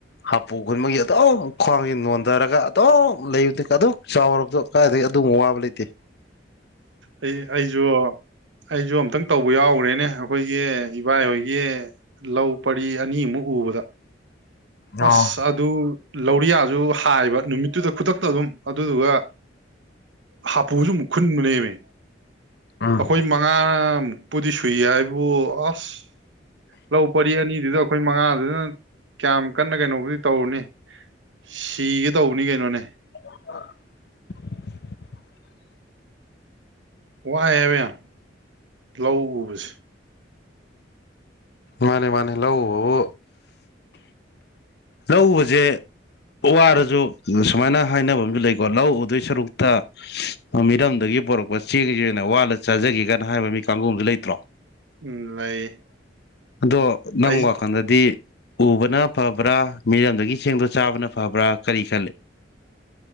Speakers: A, on the left; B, on the right.
A: ꯍꯥꯄꯨ ꯈꯨꯟꯕꯒꯤ ꯑꯗꯨꯝ ꯈ꯭ꯋꯥꯡꯖꯤ ꯅꯣꯟꯗꯔꯒ ꯑꯗꯨꯝ ꯂꯩꯕꯗꯤ ꯑꯗꯨꯛ ꯆꯥꯎꯔꯕꯗꯣ ꯀꯥꯏꯗꯒꯤ ꯑꯗꯨꯃꯨꯛ ꯋꯥꯕ ꯂꯩꯇꯦ
B: ꯑꯩ ꯑꯩꯖꯨ ꯑꯩꯖꯨ ꯑꯝꯇꯪ ꯇꯧꯕ ꯌꯥꯎꯒ꯭ꯔꯦꯅꯦ ꯑꯈꯣꯏꯒꯤ ꯏꯕꯥꯏ ꯍꯣꯏꯒꯤ ꯂꯧ ꯄꯔꯤ ꯑꯅꯤꯃꯨꯛ ꯎꯕꯗꯥ
A: ꯑꯣ
B: ꯑꯁ ꯑꯗꯨ ꯂꯧꯔꯤꯌꯥꯖꯨ ꯍꯥꯏꯕ ꯅꯨꯃꯤꯠꯇꯨꯗ ꯈꯨꯗꯛꯇ ꯑꯗꯨꯝ ꯑꯗꯨꯗꯨꯒꯥ ꯍꯥꯄꯨꯖꯨ ꯑꯃꯨꯛ ꯈꯨꯟꯕꯅꯦꯃꯤ
A: ꯎꯝ
B: ꯑꯈꯣꯏ ꯃꯉꯥ ꯃꯨꯛ ꯄꯨꯗꯤ ꯁꯨꯏ ꯍꯥꯏꯕꯕꯨ ꯑꯁ ꯂꯧ ꯄꯔꯤ ꯑꯅꯤꯗꯨꯗ ꯑꯈꯣꯏ ꯃꯉꯥꯗꯨꯗꯅ ꯀ꯭ꯌꯥꯝ ꯀꯟꯅ ꯀꯅꯣꯕꯨꯗꯤ ꯇꯧꯔꯨꯅꯤ ꯁꯤꯒꯦ ꯇꯧꯕꯅꯤ ꯀꯩꯅꯣꯅꯦ
A: <inaudible>
B: ꯋꯥꯏ ꯍꯥꯏꯕ ꯌꯥꯝ ꯂꯧ ꯎꯕꯁꯦ
A: ꯃꯥꯟꯅꯦ ꯃꯥꯟꯅꯦ ꯂꯧ ꯎꯕꯕꯨ ꯂꯧ ꯎꯕꯖꯦ ꯋꯥꯔꯖꯨ ꯁꯨꯃꯥꯏꯅ ꯍꯥꯏꯅꯕ ꯑꯝꯖꯨ ꯂꯩꯀꯣ ꯂꯧ ꯎꯗꯣꯏ ꯁꯔꯨꯛꯇꯥ ꯃꯤꯔꯝꯗꯒꯤ ꯄꯣꯔꯛꯄ ꯆꯦꯡꯖꯤ ꯑꯣꯏꯅ ꯋꯥꯜꯂ ꯆꯥꯖꯒꯦꯒꯥꯅ ꯍꯥꯏꯕ ꯃꯤ ꯀꯥꯡꯒꯨ ꯑꯝꯖꯨ ꯂꯩꯇ꯭ꯔꯣ
B: ꯎꯝ ꯂꯩ
A: ꯑꯗꯣ ꯅꯪ
B: ꯑꯩ
A: ꯋꯥꯈꯟꯗꯗꯤ ꯎꯕꯅ ꯐꯕ꯭ꯔꯥ ꯃꯤꯔꯝꯗꯒꯤ ꯆꯦꯡꯗꯨ ꯆꯥꯕꯅ ꯐꯕ꯭ꯔꯥ ꯀꯔꯤ ꯈꯜꯂꯤ